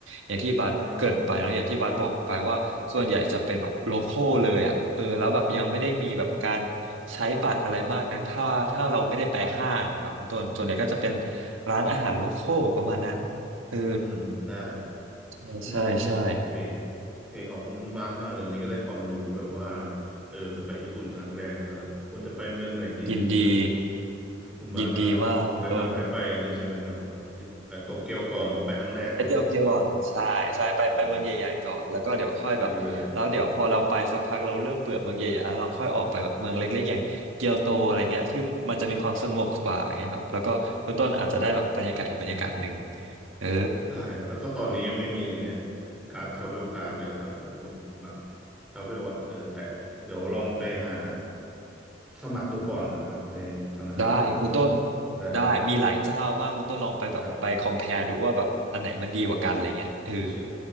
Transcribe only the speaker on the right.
อย่างที่บัสเกริ่นไปเนอะอย่างที่บัสบอกไปว่าส่วนใหญ่จะเป็นแบบโลคอลเลยอะ
เออแล้วแบบยังไม่ได้มีแบบการใช้บัตรอะไรมากนักถ้าถ้าเราไม่ได้ไปห้างอะครับคุณต้นส่วนใหญ่ก็จะเป็นร้านอาหารโลคอลประมาณนั้นเออ
ใช่ใช่ใช่
ยินดี
ยินดีมากคุณต้น
ไปเที่ยวเกียวก่อนใช่ใช่ไปไปเมืองใหญ่ๆก่อนแล้วก็เดี๋ยวค่อยแบบแล้วเดี๋ยวพอเราไปสักพักเราเริ่มเบื่อเมืองใหญ่ๆแล้วเราค่อยออกไปแบบเมืองเล็กๆอย่างเกียวโตอะไรเงี้ยซึ่งมันจะมีความสงบกว่าอย่างเงี้ยครับแล้วก็คุณต้นอาจจะได้แบบบรรยากาศอีกบรรยากาศหนึ่ง
เออ
ได้คุณต้น
ได้มีหลายเจ้ามากคุณต้นลองไปแบบไป
c o m p a r e ดูว่าแบบอันไหนมันดีกว่ากันอะไรเงี้ยเออ